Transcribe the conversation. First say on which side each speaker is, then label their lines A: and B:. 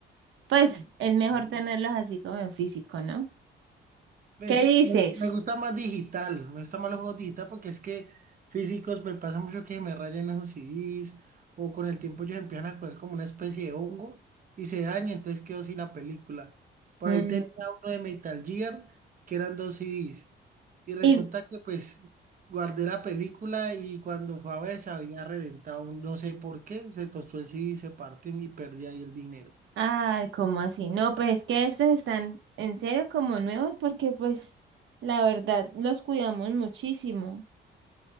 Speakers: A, on the right (about 75°); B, on the right (about 45°).
A: Pues es mejor
B: sí.
A: tenerlos así como en físico, ¿no?
B: Pues,
A: ¿Qué dices?
B: me me gusta más digital, me gusta más los juegos digital porque es que físicos me pasa mucho que me rayan esos CDs o con el tiempo ellos empiezan a coger como una especie de hongo y se daña, entonces quedo sin la película. Por
A: Mm,
B: ahí tenía uno de Metal Gear que eran dos CDs y resulta
A: Y,
B: que pues guardé la película y cuando fue a ver se había reventado, un- no sé por qué, se tostó el CD, se partió y perdí ahí el dinero.
A: ah, ¿cómo así? No, pues es que estos están en serio como nuevos porque pues la verdad los cuidamos muchísimo.